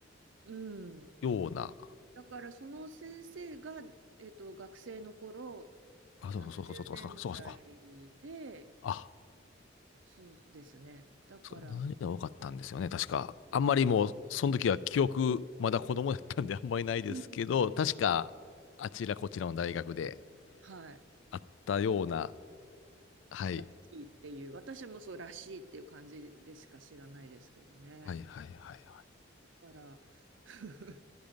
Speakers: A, on the right; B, on the left.
A: うん
B: ような、
A: だからその先生が、えっと、学生の頃、
B: あ、
A: 70年代で、
B: そうそうそうそうそうそうそうそうか、あ、
A: そうですね。だから、
B: そうか、何が多かったんですよね、確か。あんまりもう、その時は記憶、まだ子供だったんで <laughs> あんまりないですけど、
A: うん
B: 確か、あちらこちらの大学で
A: はい、
B: あったような、はい、
A: らしいっていう、私もそうらしいっていう感じでしか知らないですけどね。
B: はいはいはいはい。
A: だから、<laughs>